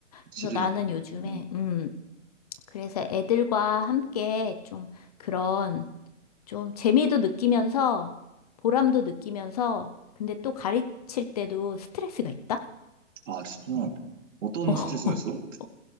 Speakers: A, on the right (about 65°); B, on the left (about 30°).
A: 확실히
B: 그래서 나는 요즘에,
A: 음.
B: 음, 그래서 애들과 함께 좀 그런, 좀 재미도 느끼면서, 보람도 느끼면서, 근데 또 가르칠 때도 스트레스가 있다?
A: 아 진짜 어떤
B: <laughs>
A: 스트레스가 있어?